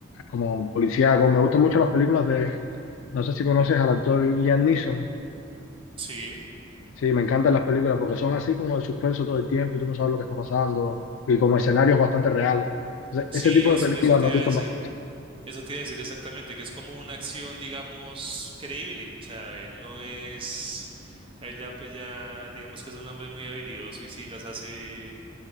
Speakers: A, on the left (about 80°); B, on the right (about 25°).
A: como policíaco. Me gustan mucho las películas de, no sé si conoces al actor Liam Neeson.
B: Sí.
A: Sí, me encantan las películas porque son así como de suspenso todo el tiempo y tú no sabes lo que está pasando y como escenarios bastante reales. Entonces,
B: Sí,
A: ese tipo
B: eso,
A: de películas
B: eso te
A: me
B: iba
A: gustan
B: a decir.
A: bastante.
B: Eso te iba a decir exactamente, que es como una acción, digamos, creíble. O sea, él no es, él ya pues ya, digamos que es un hombre muy habilidoso y sí las hace,